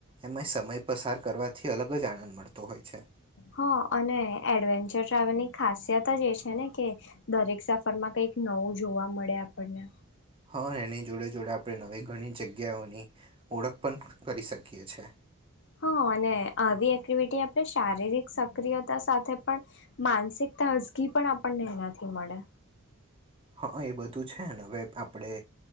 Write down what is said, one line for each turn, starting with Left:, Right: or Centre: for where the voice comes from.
Right: એમાં સમય પસાર કરવાથી અલગ જ આનંદ મળતો હોય છે
Left: હા અને એડવેન્ચર ટ્રાવેલની ખાસિયત જ એ છે ને કે દરેક સફર માં કંઈક નવું જોવા મળે આપણને
Right: હા એને જોડે જોડે આપણે નવી ઘણી જગ્યાઓની ઓળખ પણ કરી શકીએ છ છે
Left: હા અને આવી એક્ટિવિટી આપણે શારીરિક સક્રિયતા સાથે પણ માનસિક તજગી પણ આપણને એનાથી મળે
Right: હા એ બધું છે ને હવે આપણે